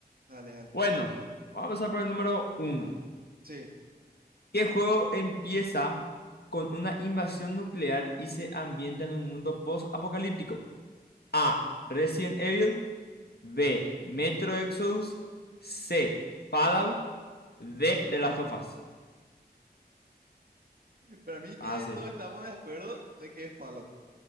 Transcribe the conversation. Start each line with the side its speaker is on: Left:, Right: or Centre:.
Right: Dale, dale.
Left: Bueno, vamos a pasar por el número uno.
Right: Sí.
Left: ¿Qué juego empieza con una invasión nuclear y se ambienta en un mundo post-apocalíptico? A. Resident Evil. B. Metro Exodus. C. Fallout. D. The Last of Us.
Right: Para mí que
Left: Fácil.
Right: todos estamos de acuerdo de que es Fallout.